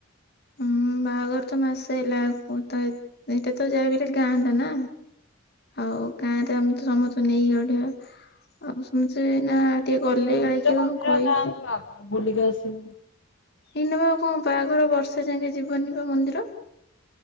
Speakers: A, on the left; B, on the left.
A: ହୁଁ ବାହାଘର ତ ମାସେ ହେଲା ତ ଏଇଟା ତ ଯାହାବିହେଲେ ଗାଁ ଟା ନା। ଆଉ ଗାଁରେ ଆମେ ତ ସମସ୍ତଙ୍କୁ ନେଇକି ଅଡିବା ଆଉ ସମସ୍ତେ ଏଇନା ଟିକେ ଗଲେ
B: ମନ୍ଦିର
A: କାଳେ କିଏ
B: ଫନ୍ଦିର
A: କଣ କହିବ
B: ଯାଆନ୍ତୁ ଆଗ ବୁଲିକି ଆସିବ।
A: ଏଇନା ପା କଣ ବାହାଘର ବର୍ଷେ ଯାକେଁ ଯିବନି ବା ମନ୍ଦିର?